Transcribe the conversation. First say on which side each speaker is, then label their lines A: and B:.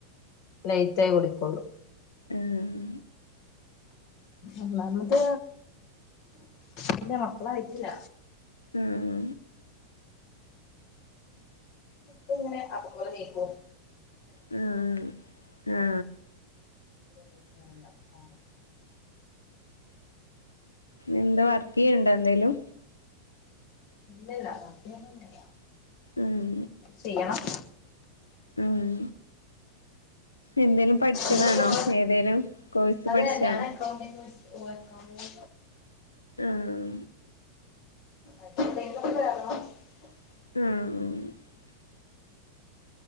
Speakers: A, on the left; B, on the left.
A: ലെയ്റ്റായി കുടിക്കൊള്ളൂ.
B: ആഹ്
A: ഒന്നാമത് പിന്നെ മക്കളായിട്ടില്ല.
B: ആഹ്
A: ക്കിങ്ങനെ അപ്പ പോലെ നീക്ക്
B: ഉം ഉം ങേ ങാ
A: മേയ്ച്ചു തരേണ്ടാ സാമുക്കാ
B: എന്താ വർക്ക് ചെയ്യണ്ടോന്തേലും
A: ഇല്ലല്ല വർക്ക് ചെയ്യണില്ല.
B: ഉം
A: ചെയ്യെണം.
B: ഉം എന്തേലും പഠിച്ചതാണോ?
A: ഇന്നിപ്പോ
B: ഏതേലും കോഴ്സ്
A: അതെ
B: പഠിച്ചണോ?
A: ഞാൻ അക്കൗണ്ടിങ് അക്കൗണ്ടിങ്
B: ആഹ്
A: <inaudible>
B: ഉം